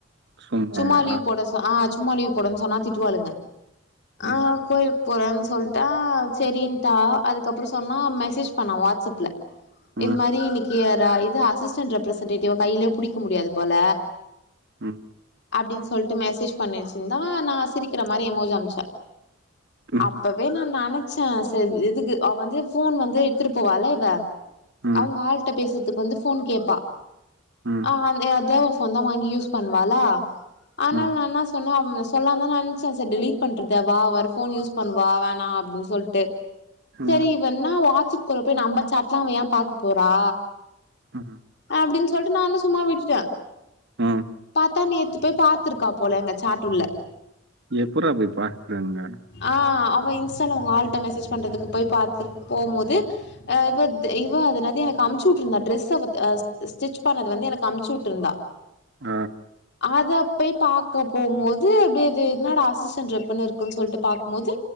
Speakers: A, on the right; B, on the left.
A: சும்மாவா
B: சும்மா லீவு போட ஸ் ஆ சும்மா லீவு போடன்னு சொன்னா திட்டுவாளுங்க ஆ
A: ம்
B: கோயில் போறன் சொல்ட்டா செரின்ட்டா அதுக்கப்புறோ சொன்னா மெசேஜ் பண்ணா வாட்ஸ்அப்ல
A: ம்
B: இது மாரி இன்னைக்கு இது அசிஸ்டன் ரெப்ரசென்டேட்டிவ கையிலயே புடிக்க முடியாது போல
A: ம்
B: அப்டின் சொல்லிட்டு மெசேஜ் பண்ணி வச்சிருந்தா நா சிரிக்கற மாரி எமோஜ் அம்ச்ச
A: ம்
B: அப்பவே நா நன ச்ச சரி இதுக்கு அவ வந்து ஃபோன் வந்து எத்துரு போவல இவ
A: ம்
B: அவுங்க ஆ பேசறதுக்கு வந்து ஃபோன் கேப்பா
A: ம்
B: அ தே தேவா ஃபோன் தா வாங்கி யூஸ் பண்ணுவாலா ஆனால்
A: ம்
B: ந சொன்னா சொல்லா தா நனச்ச ச டெலிட் பண்றத வா வர ஃபோன் யூஸ் பண்ணுவ வா வேணா அப்டின் சொல்ட்டு
A: ம்
B: செரி இவ என்னா வாட்ஸ் அப்க்குள்ள போய் நம்ம சாட்ல்லா அவ ஏ பாக்க போறா
A: ம்
B: அப்டின்னு சொல்ட்டு நானு சம்மா விட்டுட்ட
A: ம்
B: பாத்தா நேத்து போய் பாத்துருக்கா போல எங்க சாட்டுள்ள
A: எப்புரா போய் பாக்குறாங்க
B: ஆ அவ இன்ஸ்டால உங்க ஆள்ட்ட மெசேஜ் பண்றதுக்கு போய் பாத்து போம்போது அ இவ த இவ அது என்னது எனக்கு அம்ச்சு உட்டுருந்தா ட்ரெஸ அவ அவ ஸ்டிச் பண்ணது வந்து எனக்கு அமுச்சு உட்ருந்தா
A: அ
B: அத போய் பாக்க போம்போது அப்டியே இது என்னாடா அசிஸ்டன்ட் ரெப்புன் இருக்குன் சொல்ட்டு பாக்கும்போது